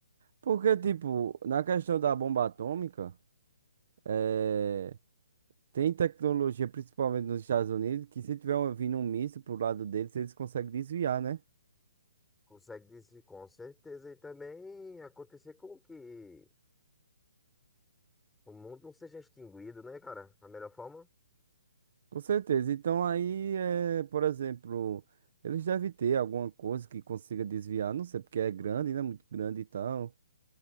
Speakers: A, on the right; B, in the centre.
A: Porque, tipo, na questão da bomba atômica, é, tem tecnologia, principalmente nos Estados Unidos, que se tiver um- vindo um míssil pro lado deles, eles conseguem desviar, né?
B: Consegue dizer com certeza. E também acontecer com que o mundo não seja extinguido, né, cara? A melhor forma.
A: Com certeza. Então aí, é, por exemplo, eles devem ter alguma coisa que consiga desviar, não sei, porque é grande, né? Muito grande e tal.